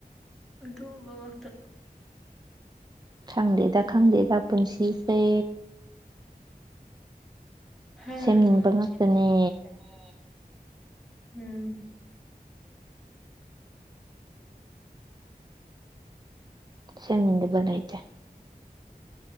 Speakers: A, in the centre; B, on the right.
A: <unintelligible> ꯉꯛꯇ꯫
B: ꯈꯪꯗꯦꯗ ꯈꯪꯗꯦꯗ ꯄꯨꯟꯁꯤꯁꯦ꯫
A: ꯎꯝ
B: ꯁꯦꯝꯅꯤꯡꯕ ꯉꯥꯛꯇꯅꯦ
A: ꯁꯦꯝꯅꯤꯡꯕ ꯉꯥꯛꯇꯅꯦ꯫ ꯎꯝ꯫
B: ꯁꯦꯝꯅꯤꯡꯗꯕ ꯂꯩꯇꯦ꯫